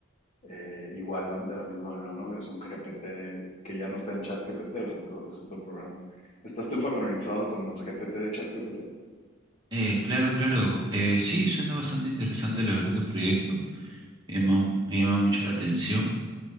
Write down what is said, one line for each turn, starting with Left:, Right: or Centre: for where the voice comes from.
Left: eh, igual de la misma manera, ¿no? Es un GPT que ya no está en ChatGPT, es otro, es otro programa. ¿Estás tú familiarizado con los GPT de ChatGPT?
Right: Eh, claro, claro. Eh, sí, suena bastante interesante, la verdad, tu proyecto. Me llama, me llama mucho la atención.